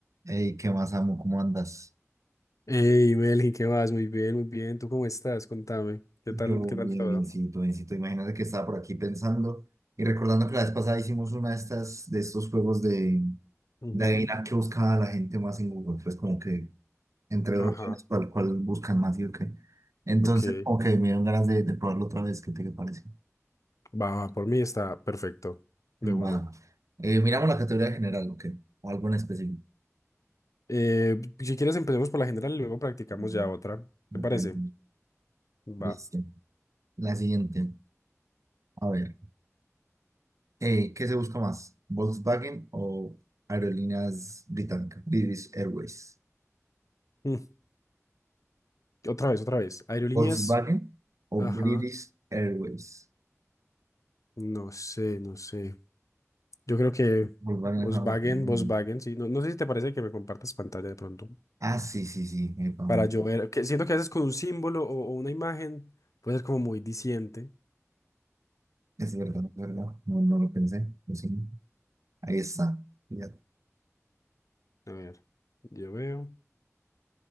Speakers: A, on the right; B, on the left.
A: Hey, ¿qué más, amo? ¿Cómo andas?
B: Hey, Melqui, ¿qué vas? Muy bien, muy bien. ¿Tú cómo estás? Contame. ¿Qué
A: Yo
B: tal, qué
A: bien,
B: tal todo?
A: biencito, biencito. Imagínate que estaba por aquí pensando y recordando que la vez pasada hicimos una de estas, de estos juegos de,
B: Ujú.
A: de adivinar qué buscaba la gente más en Google. Pues como que entre dos
B: Ajá,
A: opciones, cuál, cuál buscan más y o qué. Entonces,
B: ok.
A: ok, me dieron ganas de, de probarlo otra vez. ¿Qué te parece?
B: Va, va, por mí está perfecto. De una.
A: Va. Eh, miramos la categoría general, ¿o qué? O algo en específico.
B: Eh, si quieres empecemos por la general y luego practicamos
A: Mm,
B: ya otra.
A: me
B: ¿Te parece?
A: parece.
B: Va.
A: Listo. La siguiente. A ver. Eh, ¿qué se busca más? ¿Volkswagen o aerolíneas británicas? British Airways.
B: Mm, Otra vez, otra vez. Aerolíneas.
A: ¿Volkswagen o
B: Ajá.
A: British Airways?
B: No sé, no sé. Yo creo que
A: Volkswagen
B: Volkswagen,
A: es una marca muy
B: Volkswagen,
A: grande.
B: sí. No, no sé si te parece que me compartas pantalla de pronto.
A: Ah, sí, sí, sí. epa, man.
B: Para yo ver. Que siento que a veces con un símbolo o, o una imagen puede ser como muy diciente
A: es verdad, es verdad. No, no lo pensé. lo siento. Ahí está. Fíjate.
B: A ver, yo veo.